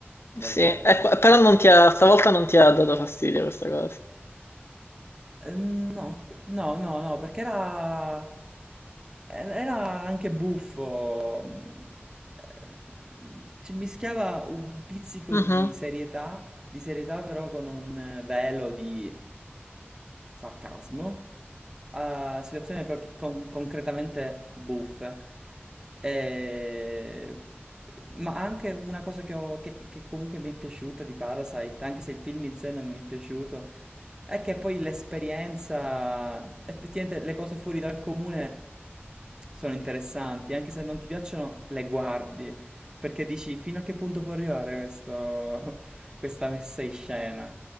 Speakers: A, on the right; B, on the left.
A: Davvero.
B: Sì, E qua- però non ti ha, stavolta non ti ha dato fastidio questa cosa.
A: Eh, No, no, no, no, perché era, era anche buffo. mm, eh, Ci mischiava un pizzico
B: Mhm,
A: di serietà, di serietà però con un velo di sarcasmo a situazioni proprio con- concretamente buffe. E- Ma anche una cosa che, ho- che- che comunque mi è piaciuta di Parasite, anche se il film in sé non mi è piaciuto, è che poi l'esperienza, effettivamente le cose fuori dal comune sono interessanti, anche se non ti piacciono, le guardi, perché dici fino a che punto può arrivare questo- <laughs> questa messa in scena.